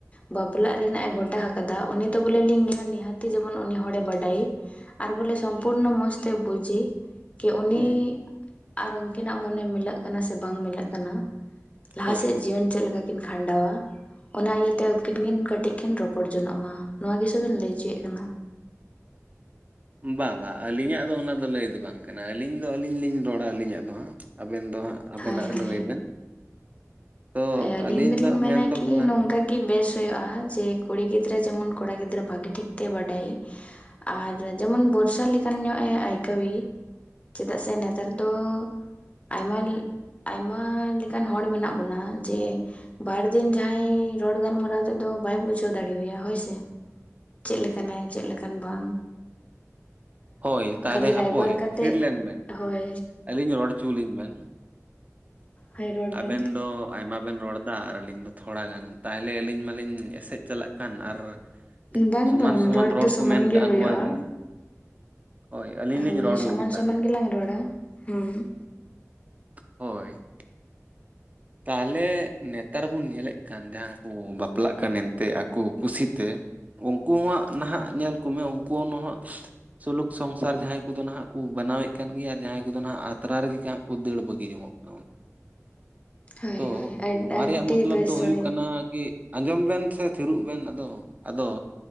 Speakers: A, on the left; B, on the right.
A: ᱵᱟᱯᱞᱟᱜ ᱨᱮᱱᱟᱜ ᱮ ᱜᱚᱴᱟ ᱟᱠᱟᱫᱟ ᱩᱱᱤ ᱫᱚ ᱵᱚᱞᱮ ᱞᱤᱧ ᱞᱟᱹᱭᱟ ᱱᱤᱦᱟᱹᱛᱤ ᱡᱮᱢᱚᱱ ᱩᱱᱤ ᱦᱚᱲᱮ ᱵᱟᱰᱟᱭᱮ ᱟᱨ ᱵᱚᱞᱮ ᱥᱚᱢᱯᱩᱨᱱᱚ ᱢᱚᱡᱽ ᱛᱮ ᱵᱩᱡᱮ ᱠᱤ ᱩᱱᱤ
B: ᱦᱩᱸ
A: ᱟᱨ ᱩᱱᱠᱤᱱᱟᱜ ᱢᱚᱱᱮ ᱢᱤᱞᱟᱹᱜ ᱠᱟᱱᱟ ᱥᱮ ᱵᱟᱝ ᱢᱤᱞᱟᱹᱜ ᱠᱟᱱᱟ ᱞᱟᱦᱟ
B: ᱦᱳᱭ
A: ᱥᱮᱫ ᱡᱤᱭᱚᱱ ᱪᱮᱫ ᱞᱮᱠᱟ ᱠᱤᱱ ᱠᱷᱟᱸᱰᱟᱣᱟ ᱚᱱᱟ ᱤᱭᱟᱹ ᱩᱱᱠᱤᱱ ᱠᱤᱱ ᱠᱟᱹᱴᱤᱡ ᱠᱤᱱ ᱨᱚᱯᱚᱲ ᱡᱚᱱᱚᱜ ᱢᱟ ᱱᱚᱣᱟ ᱜᱮ ᱥᱩᱫᱷᱩᱧ ᱞᱟᱹᱭ ᱚᱪᱚᱭᱮᱫ ᱠᱟᱱᱟ᱾
B: ᱵᱟᱝ ᱵᱟᱝ ᱟᱹᱞᱤᱧᱟᱜ ᱫᱚ ᱚᱱᱟ ᱫᱚ ᱞᱟᱹᱭ ᱫᱚ ᱵᱟᱝ ᱠᱟᱱᱟ ᱟᱹᱞᱤᱧ ᱫᱚ ᱟᱹᱞᱤᱧ ᱞᱤᱧ ᱨᱚᱲᱟ ᱟᱹᱞᱤᱧᱟᱜ ᱫᱚ ᱦᱟᱸᱜ ᱟᱵᱮᱱ ᱫᱚ ᱦᱟᱸᱜ ᱟᱵᱮᱱᱟᱜ
A: ᱦᱳᱭ ᱦᱳᱭ
B: ᱞᱟᱹᱭ ᱵᱮᱱ ᱛᱚ
A: ᱦᱳᱭ ᱟᱹᱞᱤᱧ ᱫᱚᱞᱤᱧ
B: ᱫᱚ
A: ᱢᱮᱱᱟ
B: ᱢᱮᱱᱫᱚ
A: ᱠᱤ
B: ᱠᱟᱱᱟ
A: ᱱᱚᱝ ᱠᱟ ᱜᱮ ᱵᱮᱥ ᱦᱳᱭᱳᱜᱼᱟ, ᱡᱮ ᱠᱩᱲᱤ ᱜᱤᱫᱽᱨᱟᱹ ᱡᱮᱢᱚᱱ ᱠᱚᱲᱟ ᱜᱤᱫᱽᱨᱟᱹ ᱵᱷᱟᱜᱤ ᱴᱷᱤᱠ ᱛᱮ ᱵᱟᱰᱟᱭ ᱟᱨ ᱡᱮᱢᱚᱱ ᱵᱷᱚᱨᱥᱟ ᱞᱮᱠᱟᱱ ᱧᱚᱜ ᱮ ᱟᱹᱭᱠᱟᱹᱣᱤ ᱪᱮᱫᱟᱜ ᱥᱮ ᱱᱮᱛᱟᱨ ᱫᱚ ᱟᱭᱢᱟ ᱟᱭᱢᱟ ᱞᱮᱠᱟᱱ ᱦᱚᱲ ᱢᱮᱱᱟᱜ ᱵᱚᱱᱟ ᱡᱮ ᱵᱟᱨ ᱫᱤᱱ ᱡᱟᱦᱟᱸᱭ ᱨᱚᱲ ᱜᱟᱞᱢᱟᱨᱟᱣ ᱛᱮᱫᱚ ᱵᱟᱭ ᱵᱩᱡᱷᱟᱹᱣ ᱫᱟᱲᱮᱣᱟᱭᱟ ᱦᱳᱭ ᱥᱮ ᱪᱮᱫ ᱞᱮᱠᱟᱱᱟᱭ ᱪᱮᱫ ᱞᱮᱠᱟᱱ ᱵᱟᱝ
B: ᱦᱳᱭ ᱛᱟᱦᱚᱞᱮ
A: ᱠᱷᱟᱞᱤ
B: ᱦᱟᱯᱳᱭ
A: ᱨᱟᱭᱵᱟᱨ ᱠᱟᱛᱮᱫ
B: ᱛᱷᱤᱨ ᱞᱮᱱ ᱵᱮᱱ
A: ᱦᱳᱭ
B: ᱟᱹᱞᱤᱧ ᱨᱚᱲ ᱚᱪᱩᱞᱤᱧ ᱵᱮᱱ᱾
A: ᱦᱳᱭ ᱨᱚᱲ
B: ᱟᱵᱮᱱ
A: ᱵᱮᱱ
B: ᱫᱚ ᱟᱭᱢᱟ ᱵᱮᱱ ᱨᱚᱲ ᱫᱟ ᱟᱨ ᱟᱹᱞᱤᱧ ᱫᱚ ᱛᱷᱚᱲᱟ ᱜᱟᱱ ᱛᱟᱦᱚᱞᱮ ᱟᱹᱞᱤᱧ ᱢᱟᱞᱤᱧ ᱮᱥᱮᱫ ᱪᱟᱞᱟᱜ ᱠᱟᱱ ᱟᱨ
A: ᱵᱟᱝ
B: ᱥᱚᱢᱟᱱ
A: ᱵᱟᱝ
B: ᱥᱚᱢᱟᱱ ᱨᱚᱲ
A: ᱫᱚ ᱥᱚᱢᱟᱱ
B: ᱠᱚ ᱢᱮᱱ
A: ᱜᱮ
B: ᱠᱟᱜᱼᱟ
A: ᱦᱩᱭᱩᱜᱼᱟ
B: ᱱᱚᱣᱟ ᱨᱮ᱾ ᱦᱳᱭ ᱟᱹᱞᱤᱧ ᱞᱤᱧ
A: ᱦᱳᱭ
B: ᱨᱚᱲ
A: ᱥᱚᱢᱟᱱ
B: ᱞᱟᱹᱜᱤᱫ
A: ᱥᱚᱢᱟᱱ
B: ᱛᱟᱦᱚᱞᱮ
A: ᱜᱮᱞᱟᱝ ᱨᱚᱲᱟ ᱦᱩᱸ
B: ᱦᱳᱭ ᱛᱟᱦᱚᱞᱮ ᱱᱮᱛᱟᱨ ᱵᱩᱱ ᱧᱮᱞᱮᱫ ᱠᱟᱱ ᱡᱟᱦᱟᱸ ᱠᱩ ᱵᱟᱯᱞᱟᱜ ᱠᱟᱱ ᱮᱱᱛᱮ ᱟᱠᱚ ᱠᱩᱥᱤᱛᱮ ᱩᱱᱠᱩ ᱦᱚᱸ ᱱᱟᱦᱟᱜ ᱧᱮᱞ ᱠᱚᱢᱮ ᱩᱱᱠᱩ ᱦᱚ ᱱᱚᱦᱚᱜ ᱥᱩᱞᱩᱠ ᱥᱚᱝᱥᱟᱨ ᱡᱟᱦᱟᱸᱭ ᱠᱚᱫᱚ ᱱᱟᱦᱟᱜ ᱠᱩ ᱵᱮᱱᱟᱣᱮᱜ ᱠᱟᱱ ᱜᱮᱭᱟ ᱟᱨ ᱡᱟᱦᱟᱸᱭ ᱠᱚᱫᱚ ᱱᱟᱦᱟᱜ ᱟᱛᱨᱟ ᱨᱮᱜᱮ ᱦᱟᱸᱜ ᱠᱚ ᱫᱟᱹᱲ ᱵᱟᱹᱜᱤ ᱡᱚᱝᱜᱚᱜ <unintelligible>
A: ᱦᱳᱭ
B: ᱛᱚ
A: ᱦᱳᱭ
B: ᱱᱚᱣᱟ
A: ᱟᱹᱰᱤ
B: ᱨᱮᱭᱟᱜ ᱢᱚᱛᱞᱚᱵ
A: ᱵᱮᱥ
B: ᱫᱚ ᱦᱩᱭᱩᱜ
A: ᱦᱳᱭ
B: ᱠᱟᱱᱟ ᱠᱤ ᱟᱸᱡᱚᱢ ᱵᱮᱱ ᱥᱮ ᱛᱷᱤᱨᱚᱜ ᱵᱮᱱ ᱟᱫᱚ ᱟᱫᱚ